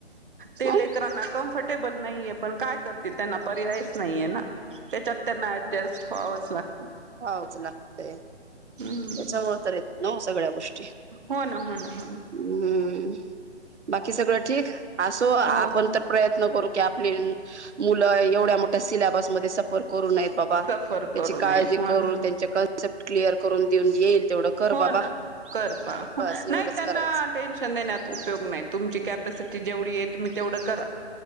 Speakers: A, on the right (about 50°); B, on the right (about 80°).
A: ते
B: ह
A: लेकरांना कम ेबल नाहीये पण काय करतील त्यांना पर्यायच नाहीे ना त्याच्यात त्यांना ऍडजस्ट वक्त
B: हावच लागतंय
A: हम्म
B: त्याच्यामुळे तर येत न सगळ्या गोष्टी
A: हो ना हो ना हो ना
B: हम्म बाकी सगळं ठीक असो आपण
A: हो
B: तर प्रयत्न करू आपली मुलं एवढ्या मोठ्या सिलबसमध्येध्ये सफर करून नाही बाबा
A: सफर
B: त्याची
A: करू
B: काळजी
A: नये हो
B: करून
A: ना.
B: त्यांचे कन्सेप्ट क्लिअर करून देऊन येईल तेवढं कर
A: हो
B: बाबा
A: ना कर
B: बस एवढंच
A: नाही त्यांना
B: करायचं
A: टेन्शन देण्यात उपयोग नाही तुमची कपस जेवढी आहे तुम्ही तेवढं करा